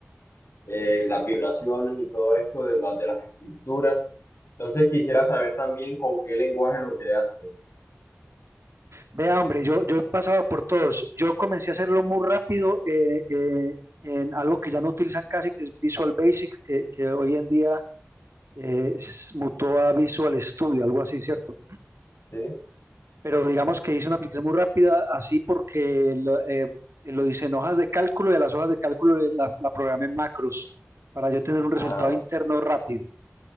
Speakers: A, on the left (about 75°); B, on the right (about 80°).
A: eh, las vibraciones y todo esto de, las de las escrituras. Entonces quisiera saber también con qué lenguaje lo creaste.
B: Vea, hombre, yo, yo he pasado por todos. Yo comencé a hacerlo muy rápido eh, eh, en algo que ya no utilizan casi, que es Visual Basic, que, que hoy en día eh, s- mutó a Visual Studio, algo así, ¿cierto?
A: ¿Sí?
B: Pero digamos que hice una aplicación muy rápida, así porque lo, eh, lo hice en hojas de cálculo y a las hojas de cálculo le- la, la programé en macros para yo tener un
A: Ah,
B: resultado interno rápido.